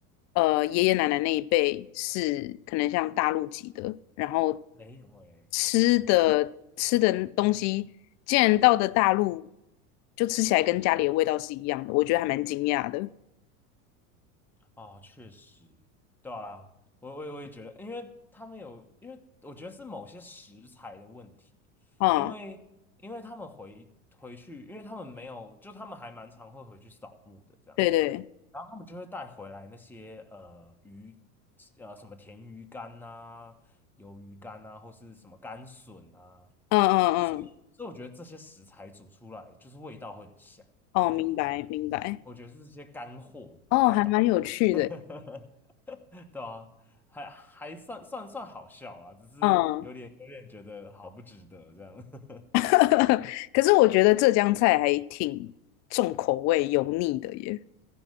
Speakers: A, on the left; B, in the centre.
A: 呃爷爷奶奶那一辈是可能像大陆籍的，然后
B: 没有诶，
A: 吃的吃的东西，竟然到的大陆就吃起来跟家里的味道是一样的，我觉得还蛮惊讶的。
B: 哦，确实，对啊，我我我也觉得，因为他们有，因为我觉得是某些食材的问题，
A: 嗯，
B: 因为因为他们回回去，因为他们没有，就他们还蛮常会回去扫墓的这样。
A: 对对，
B: 然后他们就会带回来那些呃鱼，呃什么甜鱼干呐、鱿鱼干呐、或是什么干笋啊，
A: 嗯嗯嗯，
B: 所以所以我觉得这些食材煮出来就是味道会很香。
A: 哦，
B: 这样
A: 明白明白，
B: 我觉得是这些干货在搞，
A: 哦，还蛮有趣的。
B: <laughs> 对啊，还还算算算好笑啦，只是有点有点觉得好不值得这样。
A: 嗯，
B: <laughs>
A: <laughs> 可是我觉得浙江菜还挺重口味、油腻的耶。